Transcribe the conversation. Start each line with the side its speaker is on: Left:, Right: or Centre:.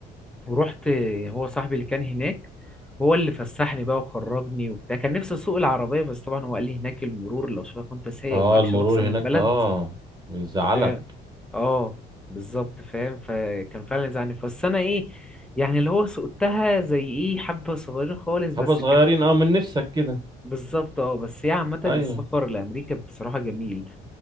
Centre: ورحت هو صاحبي اللي كان هناك هو اللي فسحني بقى وخرجني وبتاع كان نفسي اسوق العربية بس طبعا هو قال لي هناك المرور لو شافك وانت سايق
Right: اه
Centre: ومعكش
Right: المرور
Centre: رخصة من
Right: هناك
Centre: البلد
Right: اه بيزعلك
Centre: فاهم اه بالظبط فاهم فكان فعلا زعلني بس انا ايه يعني اللي هو سقتها زي ايه حبة صغيرين خالص بس
Right: حبه صغيرين
Centre: كان
Right: اه من نفسك كده
Centre: بالظبط اه بس هي عامة
Right: ايوه
Centre: السفر لأمريكا بصراحة جميل